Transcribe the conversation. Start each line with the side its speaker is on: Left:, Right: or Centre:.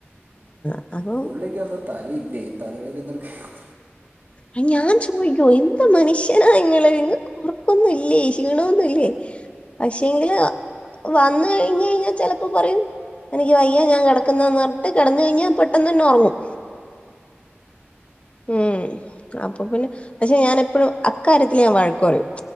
Left: ആ അപ്പം
Right: പുള്ളള്ളിക്ക് ഒന്നും തലയില്ലേ തലവേദന ഒക്കെ എടുക്കല്ലേ
Left: അ ഞാൻ ചോദിക്കോ എന്ത മനുഷ്യനാ ഇങ്ങൾ നികൾക് ഒറക്കം ഓണം ഇല്ലേ ക്ഷീണമന്നല്ലേ പക്ഷെങ്കില് വന്ന കഴിഞ്ഞ കഴിഞ്ഞാൽ ചിലപ്പോ പറയും എനിക്ക് വയ്യ ഞാൻ കിടക്കുന്നന്ന് പറഞ്ഞിട്ട് കിടന്ന കഴിഞ്ഞാൽ പെട്ടെന്ന് തന്നെ ഉറങ്ങും ആ ഉം അപ്പൊ പിന്നെ പക്ഷെ ഞാൻ എപ്പോഴും ആ കാര്യത്തിൽ ഞാൻ വഴക് പറയും